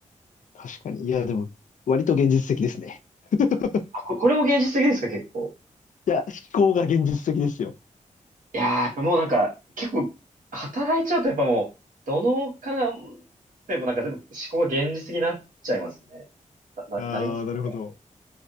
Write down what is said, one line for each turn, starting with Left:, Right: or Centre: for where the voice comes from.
Left: 確かに。いや、でも、割と現実的ですね。<laughs>
Right: あ、こ、これも現実的ですか、結構。
Left: いや、思考が現実的ですよ。
Right: いやー、やっぱもうなんか、結構、働いちゃうとやっぱもう、どのかでもなんか全部思考が現実的になっちゃいますね。な、
Left: ああ、
Right: な、なりませんかい
Left: なるほど。